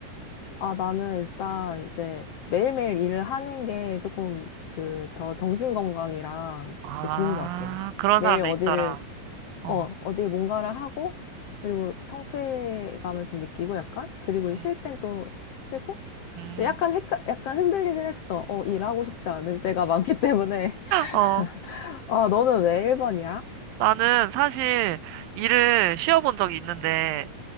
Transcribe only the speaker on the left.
아, 나는 일단 이제 매일매일 일을 하는 게 조금 그 더 정신 건강이랑
그 좋은 것 같아.
매일
어디를
어, 어디 뭔가를 하고, 그리고 성취감을 좀 느끼고 약간, 그리고
쉴 땐 또 쉬고,
근데 약간 헷갈, 약간 흔들리긴 했어. 어, 일하고 싶지 않을 때가 많기 때문에.
<laughs> 아, 너는 왜 1번이야?